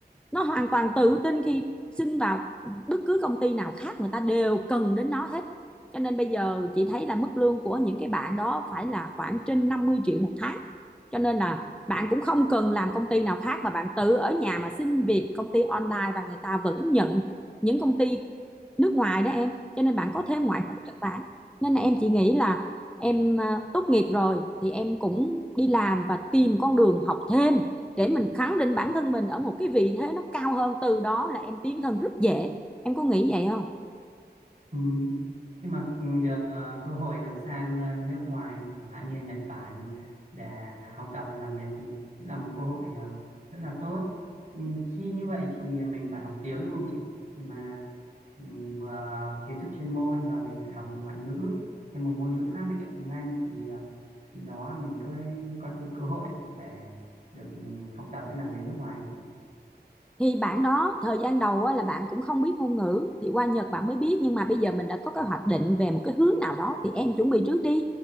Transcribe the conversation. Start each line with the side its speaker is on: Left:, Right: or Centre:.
Centre: nó hoàn toàn tự tin khi xin vào bất cứ công ty nào khác người ta đều cần đến nó hết cho nên bây giờ chị thấy là mức lương của những cái bạn đó phải là khoảng trên 50 triệu một tháng cho nên là bạn cũng không cần làm công ty nào khác mà bạn tự ở nhà mà xin việc công ty online và người ta vẫn nhận những công ty nước ngoài đó em cho nên bạn có thêm ngoại ngữ Nhật Bản nên là em chỉ nghĩ là em à, tốt nghiệp rồi thì em cũng đi làm và tìm con đường học thêm để mình khẳng định bản thân mình ở một cái vị thế nó cao hơn từ đó là em tiến thân rất dễ em có nghĩ vậy không
Right: Ừ. Nhưng mà ừ, được ờ, cơ hội được sang ờ, nước ngoài chẳng hạn như là Nhật Bản để học tập và làm việc thì cũng là một cơ hội ờ, rất là tốt. Ừ, Khi như vậy thì mình phải học tiếng đúng không chị? Khi mà ừ, vừa kiến thức chuyên môn và mình phải học một ngoại ngữ thêm một ngôn ngữ khác bên cạnh tiếng Anh thì ờ, thì đó mình có có thêm cơ hội để được ừ, học tập và làm việc nước ngoài ấy chị.
Centre: thì bạn đó thời gian đầu á, là bạn cũng không biết ngôn ngữ thì qua Nhật bạn mới biết nhưng mà bây giờ mình đã có cái hoạch định về một cái hướng nào đó thì em chuẩn bị trước đi